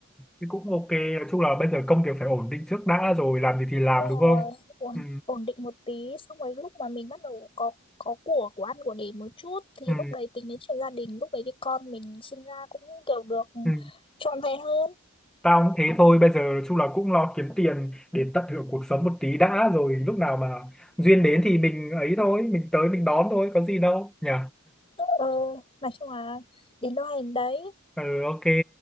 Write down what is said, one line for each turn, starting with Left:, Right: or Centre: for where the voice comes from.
Centre: thì cũng ok nói chung là bây giờ công việc phải ổn định trước đã rồi làm gì thì làm
Left: Đúng rồi,
Centre: đúng không
Left: ổn,
Centre: ừ,
Left: ổn định một tí xong rồi lúc mà mình bắt đầu có có của của ăn của để một chút thì
Centre: ừ,
Left: lúc đấy tính đến chuyện gia đình lúc đấy thì con mình sinh ra cũng kiểu được
Centre: ừ.
Left: trọn vẹn hơn
Centre: tao cũng thế thôi bây giờ nói chung là cũng lo kiếm tiền để tận hưởng cuộc sống một tí đã rồi lúc nào mà duyên đến thì mình ấy thôi mình tới mình đón thôi có gì đâu nhỉ
Left: ờ, nói chung là đến đâu hay đến đấy
Centre: ừ ok